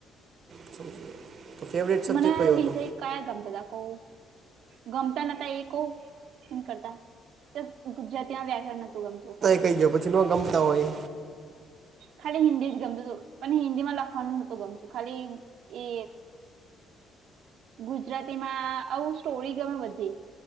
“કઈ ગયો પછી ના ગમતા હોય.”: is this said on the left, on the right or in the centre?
Right